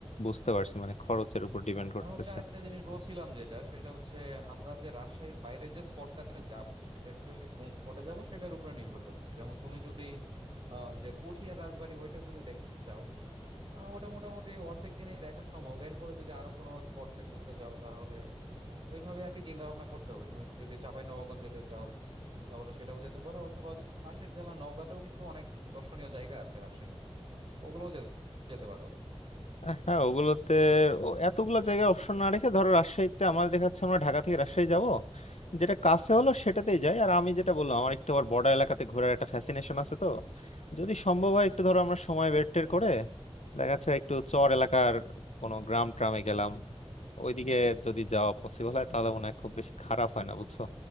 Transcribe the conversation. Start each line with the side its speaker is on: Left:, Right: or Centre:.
Left: বুঝতে পারছি মানে খরচের উপর ডিপেন্ড করতেছে
Right: আর হচ্ছে আরেকটা জিনিস বলছিলাম যেটা সেটা হচ্ছে আমরা যে রাজশাহীর বাইরে যে স্পটটাতে যাব সেটা অ্যাকচুয়ালি কোন স্পটে যাব সেটার উপরে নির্ভর করতে যেমন তুমি যদি আহ, যে পুঠিয়ার রাজবাড়ি ওইটা যদি দেখতে চাও আহ, ওটা মোটামুটি অর্ধেক দিনেই দেখা সম্ভব এরপরে যদি আরো কোনো স্পটে ঘুরতে যাও তাহলে ওইভাবে আর কি চিন্তা ভাবনা করতে হবে তুমি যদি চাঁপাই নবাবগঞ্জ যেতে চাও তাহলে সেটাও যেতে পারো অথবা যদি পাশের জেলা নওগাঁতেও কিন্তু অনেক দর্শনীয় জায়গা আছে রাজশাহী ওগুলোও যে- যেতে পারো
Left: আহ, হ্যাঁ ওগুলোতে ও- এতগুলো জায়গায় অপশন না রেখে ধরো রাজশাহীতে আমার দেখাচ্ছে আমরা ঢাকা থেকে রাজশাহী যাব যেটা কাছে হলো সেটাতেই যাই আর আমি যেটা বললাম আমার একটু আবার বর্ডার এলাকাতে ঘোরার একটা ফ্যাসিনেশন আছে তো যদি সম্ভব হয় একটু ধরো আমরা সময় বের টের করে দেখা যাচ্ছে একটু চর এলাকার কোনো গ্রাম ট্রামে গেলাম ওইদিকে যদি যাওয়া পসিবল হয় তাহলে মনে হয় খুব বেশি খারাপ হয় না বুঝছো